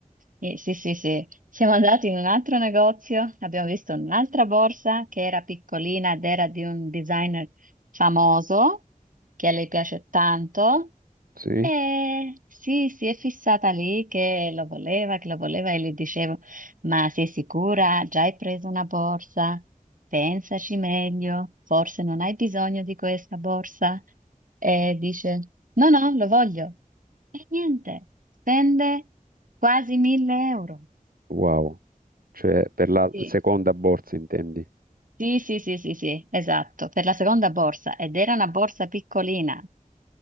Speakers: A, on the right; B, on the right.
A: eh, Sì, sì, sì, siamo andati in un altro negozio, abbiamo visto un'altra borsa che era piccolina ed era di un designer famoso che a lei piace tanto
B: sì,
A: eh, sì, si è fissata lì che lo voleva, che lo voleva e le dicevo, ma sei sicura? Già hai preso una borsa? Pensaci meglio, forse non hai bisogno di questa borsa. E dice, no, no, lo voglio. E niente, spende quasi 1000 euro.
B: wow, cioè per la
A: Sì,
B: seconda borsa intendi.
A: sì, sì, sì, sì, sì, esatto, per la seconda borsa ed era una borsa piccolina.